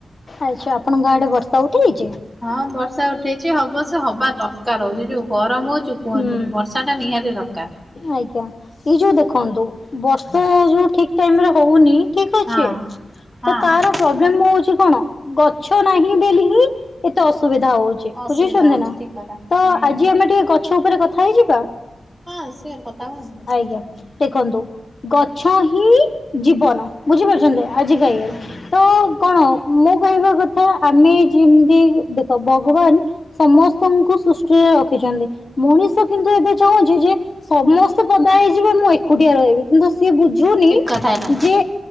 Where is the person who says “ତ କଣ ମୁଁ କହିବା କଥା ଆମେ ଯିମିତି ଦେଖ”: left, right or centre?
Left